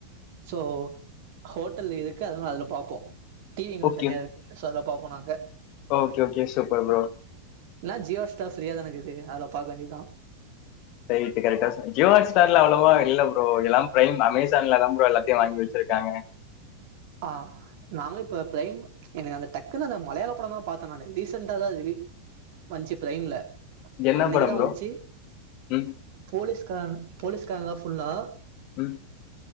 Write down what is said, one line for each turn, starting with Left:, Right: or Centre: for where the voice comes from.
Right: சோ ஹோட்டல்ல இருக்கு அதனால அதுல பாப்போ டிவி எங்களுக்குனு
Left: ஓகே
Right: தனியா இருக்கு சோ அதுல்ல பாப்போ நாங்க
Left: ஓகே ஓகே சூப்பர் ப்ரோ
Right: இல்லனா ஜியோ ஸ்டார் ஃபிரியாதான இக்குது செரி அதுல பாக்க வேண்டியதா
Left: கரெட்டு கரெட்டா சொன் ஜியோ ஸ்டார்ல அவ்ளவா இல்ல ப்ரோ எல்லா பிரைம் அமேசான்ல தா ப்ரோ எல்லாத்தையு வாங்கி வெச்சிருக்காங்க
Right: ஆ நாங்களு இப்ப பிரைம் எனக்கு அந்த டக்குன்னு அந்த மலையாள படம் தா பாத்தே நானு ரீசன்டா தா வந்துச்சு பிரைம்ல
Left: என்ன
Right: அன்னிக்குதா
Left: படம் ப்ரோ
Right: வந்துச்சு
Left: ம்
Right: போலீஸ்கார போலீஸ்காரங்கதா ஃபுல்லா
Left: ம்